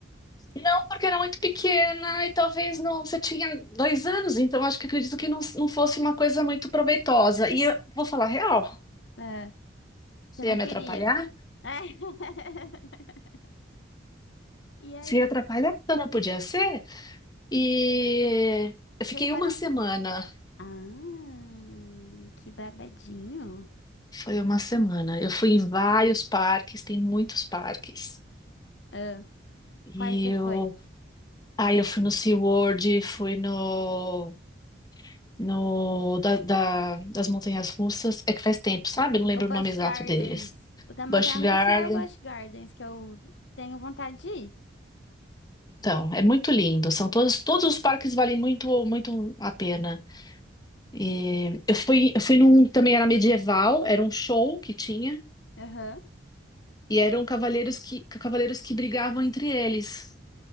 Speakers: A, on the left; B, on the left.
A: Não, porque era muito pequena e talvez não. Você tinha dois anos, então acho que acredito que não, não fosse uma coisa muito proveitosa. E eu vou falar a real,
B: Ah,
A: você
B: você não
A: ia
B: queria?
A: me atrapalhar?
B: <laughs> E aí,
A: Você ia atrapalhar? Então não podia ser. E eu fiquei
B: vocês foram...
A: uma semana.
B: Ah, que babadinho.
A: Foi uma semana. Eu fui em vários parques, tem muitos parques.
B: Ah,
A: E
B: quais você
A: eu,
B: foi?
A: aí eu fui no SeaWorld, fui no no, da, da- das montanhas russas. É que faz tempo, sabe? Não lembro
B: O Busch
A: o nome exato
B: Gardens.
A: deles.
B: O da Montanha-Russa
A: Busch Garden.
B: é o Busch Gardens, que eu tenho vontade de ir.
A: Então, é muito lindo. São todos, todos os parques valem muito, muito a pena. E eu fui, eu fui num que também era medieval, era um show que tinha,
B: Aham.
A: e eram cavaleiros que, cavaleiros que brigavam entre eles.